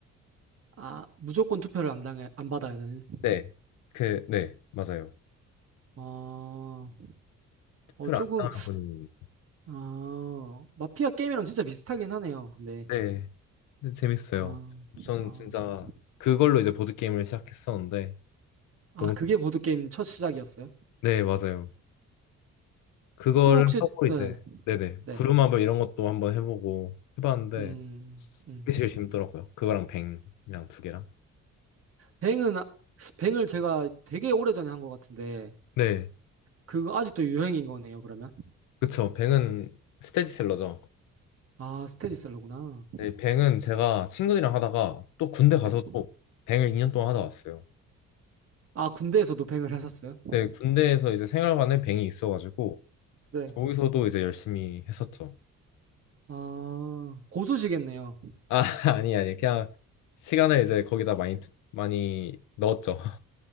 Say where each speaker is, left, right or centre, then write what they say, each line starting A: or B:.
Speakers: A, on the right; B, on the left.
A: 아, 무조건 투표를 안 당해 안 받아야 되는.
B: 네, 그, 네, 맞아요.
A: 어, 어
B: 투표를
A: 조금
B: 안 당하면 본인이.
A: 어, 마피아 게임이랑 진짜 비슷하긴 하네요. 근데
B: 네. 근데 재밌어요.
A: 아,
B: 전
A: 아.
B: 진짜 그걸로 이제 보드게임을 시작했었는데
A: 아,
B: 너무
A: 그게
B: 재-
A: 보드게임 첫 시작이었어요?
B: 네, 맞아요. 그거를
A: 또 혹시,
B: 하고
A: 네,
B: 이제 네네
A: 네.
B: 부루마블 이런 것도 한번 해보고 해봤는데
A: 음, 음.
B: 그게 제일 재밌더라고요. 그거랑 뱅이랑 두 개랑
A: 뱅은, 아- 뱅을 제가 되게 오래전에 한 것 같은데,
B: 네
A: 그거 아직도 유행인 거네요, 그러면?
B: 그쵸 뱅은 스테디셀러죠.
A: 아, 스테디셀러구나.
B: 네 뱅은 제가 친구들이랑 하다가 또 군대 가서도
A: 네.
B: 뱅을 2년 동안 하다 왔어요.
A: 아, 군대에서도 뱅을 하셨어요?
B: 네 군대에서 이제 생활관에 뱅이 있어가지고
A: 네.
B: 거기서도 이제 열심히 했었죠.
A: 아, 고수시겠네요.
B: 아, <laughs> 아니, 아니. 그냥 시간을 이제 거기다 많이, 투- 많이 넣었죠. <laughs>